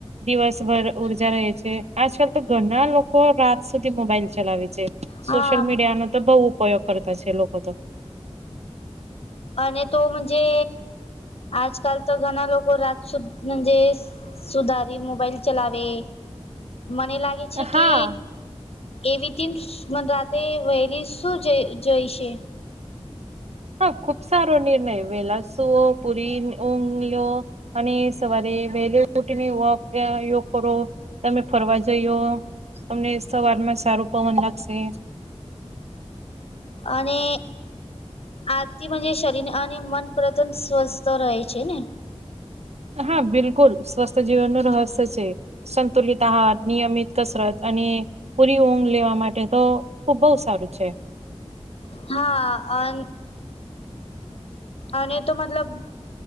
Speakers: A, on the right; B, on the left.
A: દિવસભર ઉર્જા રહે છે. આજકાલ તો ઘણા લોકો રાત સુધી મોબાઈલ ચલાવે છે.
B: હા
A: સોશિયલ મીડિયાનો તો બહુ ઉપયોગ કરતા છે લોકો તો.
B: અને તો મજે આજકાલ તો ઘણા લોકો રાત સુ મજે સુધારી મોબાઈલ ચલાવે મને લાગે છે કે
A: હા
B: એવીધી મન રાતે વહેલી શું જઈ જઈશે.
A: હા, ખુબ સારો નિર્ણય વેલા સુઓ પુરી ઊંગલ લો અને સવારે વહેલી ઉઠી વોક અહ યોગ કરો તમે ફરવા જઈયો તમને સવારમાં સારું પવન લાગશે.
B: અને આરતીમાં જે શરીર અને મન પ્રતંત સ્વસ્થ રહે છે ને?
A: હા, બિલકુલ સ્વસ્થ જીવનનું રહસ્ય છે. સંતુલિત આહાર નિયમિત કસરત અને પૂરી ઊંઘ લેવા માટે તો ખુબ બઉ સારું છે.
B: હા, અન અને તો મતલબ